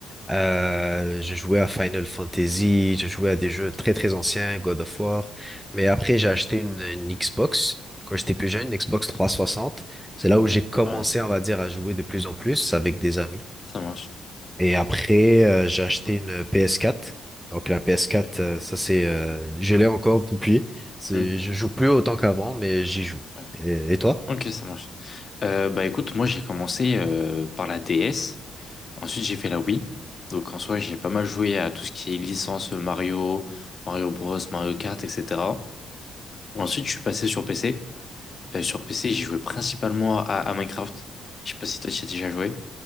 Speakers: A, in the centre; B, on the left (about 35°).
A: Euh, j'ai joué à Final Fantasy, j'ai joué à des jeux
B: Ok,
A: très
B: ok,
A: très anciens, God of War. Mais après, j'ai acheté une, une Xbox quand j'étais plus jeune, une Xbox 360. C'est là où j'ai commencé,
B: ok, ouais,
A: on va dire, à jouer de plus en plus avec des amis.
B: ça marche.
A: Et après, euh, j'ai acheté une ps quatre. Donc la ps
B: Ok,
A: quatre, euh, ça c'est, euh, je l'ai encore depuis. C'est,
B: Hmm,
A: je joue plus autant qu'avant, mais j'y joue.
B: ouais.
A: Et, et toi?
B: Ok, ça marche. Euh, bah écoute, moi j'ai commencé euh, par la DS, ensuite j'ai fait la Wii. Donc en soi, j'ai pas mal joué à tout ce qui est licence euh, Mario, Mario Bros, Mario Kart, etc. Ensuite, je suis passé sur PC. Euh, sur PC, j'ai joué principalement à, à Minecraft. Je sais pas si toi tu as déjà joué